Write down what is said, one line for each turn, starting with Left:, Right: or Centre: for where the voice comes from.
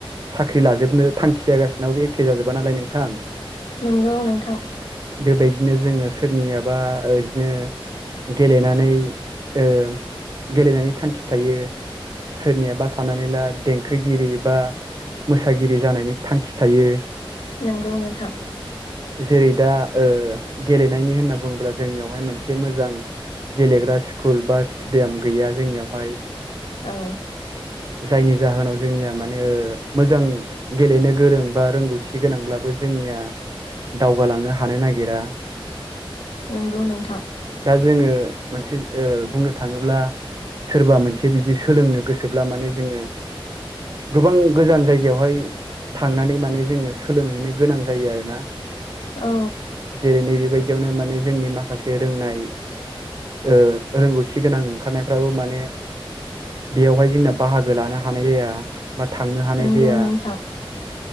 Right: साख्रि लाजोबनो थांखिया गासिबनाबो एखे जाजोबा नालाय नोंथां।
Left: नोंगौ नोंथां।
Right: बेबायदिनो जोङो सोरनियाबा ओरैनो गेलेनानै ओ गेलेनायनि थांखि थायो। सोरनियाबा साननानै ला देंखोगिरि बा मोसागिरि जानायनि थांखि थायो।
Left: नोंगौ नोंथां।
Right: जेरै दा ओ गेलेनायनि होनना बुङोब्ला जोंनियावहाय मोनसे मोजां गेलेग्रा स्कुल बा स्टेडियाम गैया जोंनियावहाय।
Left: औ।
Right: जायनि जाहोनाव जोंनिया माने ओ मोजां गेलेनो गोरों बा रोंगौथि गोनांब्ला बो जोंनिया दावगालांनो हानो नागिरा
Left: नंगौ नोंथां।
Right: दा जोङो मोनसे ओ बुंनो थाङोब्ला सोरबा मोनसे बिदि सोलोंनो गोसोब्ला माने जोङो गोबां गोजान जायगायावहाय थांनानै माने जोङो सोलोंहैनो गोनां जायो आरोना।
Left: औ
Right: जेरै नैबे बेबायदियावनो माने जोंनि माखासे रोंनाय ओ रोंगौथि गोनां ओंखारनायफ्राबो माने बेयावहाय जोंना बाहागो लानो हानाय जाया बा थांनो हानाय
Left: नंगौ
Right: जाया।
Left: नोंथां